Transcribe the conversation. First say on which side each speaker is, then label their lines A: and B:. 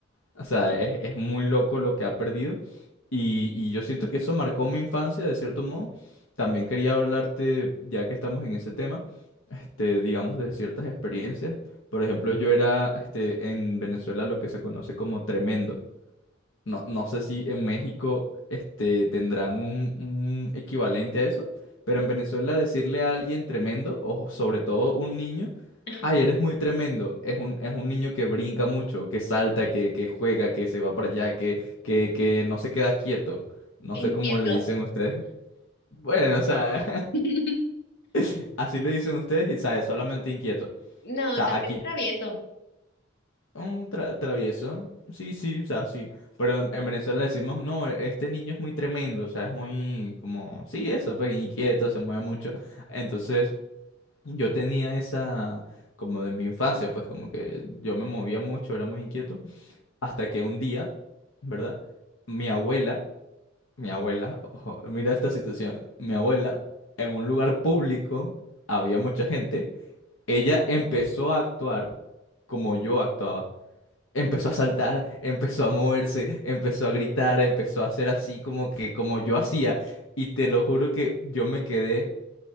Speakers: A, on the left; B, on the left.
A: O sea, es, es muy loco lo que ha perdido. Y, y yo siento que eso marcó mi infancia, de cierto modo. También quería hablarte, ya que estamos en ese tema, este, digamos, de ciertas experiencias. Por ejemplo, yo era, este, en Venezuela lo que se conoce como tremendo. No, no sé si en México este, tendrán un, un equivalente a eso, pero en Venezuela decirle a alguien tremendo, o sobre todo un niño,
B: Ajá.
A: ay, eres muy tremendo, es un, es un niño que brinca mucho, que salta, que, que juega, que se va para allá, que, que, que no se queda quieto. No sé
B: Inquieto.
A: cómo le dicen ustedes. <laughs> Bueno, o sea,
B: <laughs>
A: <laughs> así le dicen ustedes y, ¿sabes? Solamente inquieto. O
B: No,
A: sea,
B: también
A: aquí
B: travieso.
A: Un tra- travieso. Sí, sí, o sea, sí. Pero en, en Venezuela decimos, no, e- este niño es muy tremendo, o sea, es muy como, sí, eso, pues inquieto, se mueve mucho. Entonces, yo tenía esa, como de mi infancia, pues como que yo me movía mucho, era muy inquieto. Hasta que un día, ¿verdad? Mi abuela, mi abuela, ojo, mira esta situación, mi abuela, en un lugar público, había mucha gente, ella empezó a actuar como yo actuaba. Empezó a saltar, empezó a moverse, empezó a gritar, empezó a hacer así como que como yo hacía. Y te lo juro que yo me quedé